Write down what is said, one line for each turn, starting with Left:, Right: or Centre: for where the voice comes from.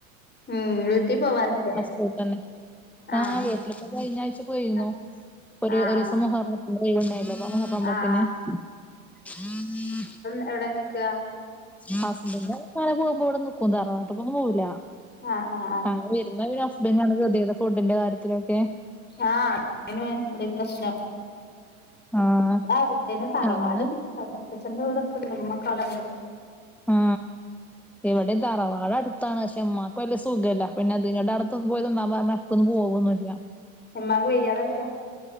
Left: ഉം വീട്ടി പോവാറില്ലേ?
Centre: പൂട്ടന്നെ ആ
Left: ആഹ്
Centre: വീട്ടിലിപ്പോ കഴിഞ്ഞ ആഴ്ച്ച പോയിന്നു
Left: ആഹ്
Centre: ഒരു
Left: ആഹ്
Centre: ഒരുസം മുഹറം ഇന്ന്ലീവ്ണ്ടായില്ല
Left: ആഹ്
Centre: <unintelligible>
Left: എവ്ടെ നിക്ക
Centre: ഹസ്ബന്റ് <unintelligible> വിടെ നിക്കും തറവാട്ട്ക്കൊന്നും പോവൂല
Left: ആ ആ ആ
Centre: <unintelligible> വരുന്ന പിന്നെ ഹസ്ബന്റാണ് <unintelligible> ഫുഡിന്റെ കാര്യത്തിലൊക്കെ
Left: ആഹ <unintelligible> ഇവിടിം പ്രശ്നം
Centre: ആഹ്
Left: വ്ടെ ആരൂല്ല തറവാട്
Centre: അന്ന്
Left: മൂത്തച്ഛന്റെറെ വീടൊക്കെണ്ട് മ്മക്കെ അടൻണ്ട്
Centre: ആ ഇവടിം തറവാടട്ത്താണ് ശേ മ്മാക്ക് വല്ല്യ സുഖല്ല പിന്നെ തി ങ്ങട്ടട്ത് പ്പൊ പോയി നിന്നാ മ്മളട്തോന്നും പോവൊന്നുല്ല്യ
Left: ഉമ്മാക്ക് വെയ്യാതെ കെടക്കാ